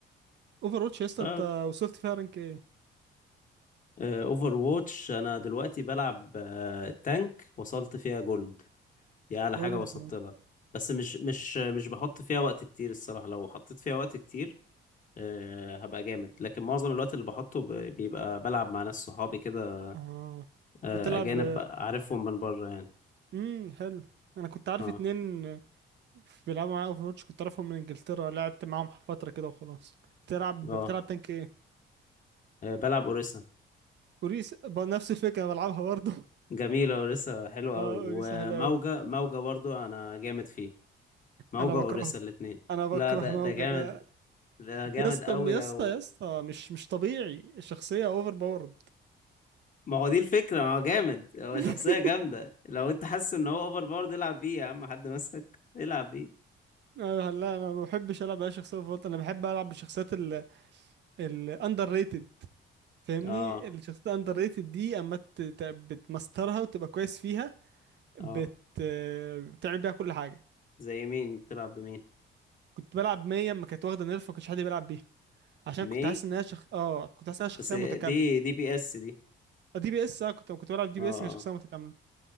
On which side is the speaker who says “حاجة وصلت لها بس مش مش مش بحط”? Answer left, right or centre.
Left